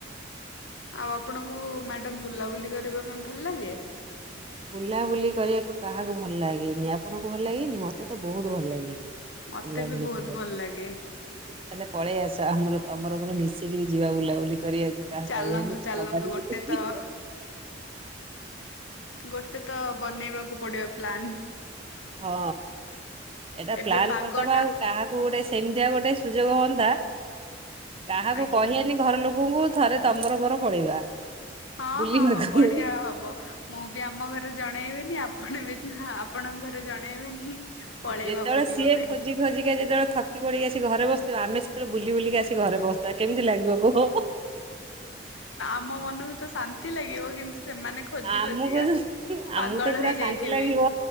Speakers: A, on the left; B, on the right.
A: ଆଉ ଆପଣଙ୍କୁ। ମ୍ୟାଡାମ ବୁଲାବୁଲି କରିବା ପାଇଁ ଭଲ ଲାଗେ।
B: ବୁଲାବୁଲି କରିବାକୁ କାହାକୁ ଭଲ ଲାଗେନି ଆପଣଙ୍କୁ ଭଲ ଲାଗେନି ମତେ ତ ବହୁତ ଭଲ ଲାଗେ।
A: ମତେ
B: ବୁଲାବୁଲି
A: ବି ବହୁତ
B: କରିବା
A: ଭଲ
B: ପାଇଁ
A: ଲାଗେ
B: ତାହେଲେ ପଳେଇ ଆସ ଆମର। ତମର ମୋର ମିଶିକିରି ଯିବା ବୁଲାବୁଲି କରିବାକୁ। କାହା
A: ଚାଲନ୍ତୁ
B: କହିବାନି କି
A: ଚାଲନ୍ତୁ
B: ହବାନି
A: ଗୋଟେ
B: ବୋଲି।
A: ତ ଗୋ ଗୋଟେ ତ ବନେଇବା ପଡିବ ପ୍ଲାନ୍।
B: ହଁ। ଏଇଟା
A: ଏବେ
B: ପ୍ଲାନ୍
A: ପାଗଟା
B: କରିଦବା ଆଉ କାହାକୁ ଗୋଟେ। ସେମିତିଆ ଗୋଟେ ସୁଯୋଗ ହୁଅନ୍ତା। କାହାକୁ
A: ଆଜ୍ଞା
B: କହିବାନି ଘର ଲୋ ଆସନ୍ତୁ ଥରେ ତମର ମୋର ପଳେଇବା।
A: ହଁ
B: ବୁଲିବାକୁ।
A: ହଁ ବଢିଆ ହବ ମୁଁ ବି ଆମ ଘରେ ଜଣେଇବିନି ଆପଣ ବି ଆପଣଙ୍କ ଘରେ ଜଣେଇବେନି। ପଳେଇବା
B: ଯେତେବେଳେ
A: ବୁଲିବା
B: ସିଏ
A: ପାଇଁ
B: ଖୋଜି ଖୋଜିକା ଯେତେବେଳେ ଥକି ପଡ଼ିକା ସେ ଘରେ ବସ ବସିବେ ଆମେ ସେତେବେଳେ ବୁଲି ବୁିଲିକି ଆସି ଘରେ ପହଞ୍ଚି ଥିବୁ। ତ କେମିତି ଲାଗିବ କୁହ।
A: ଆମମାନଙ୍କୁ ତ। ଶାନ୍ତି ଲାଗିବ କିନ୍ତୁ ସେମାନେ ଖୋଜି
B: ଆମକୁ
A: ଖୋଜିିକା
B: ଯୋଉ- ଆମକୁ
A: ପାଗଳ
B: ତ ପୁରା
A: ହେଇ
B: ଶାନ୍ତି
A: ଯାଇଥିବେ।
B: ଲାଗିବ।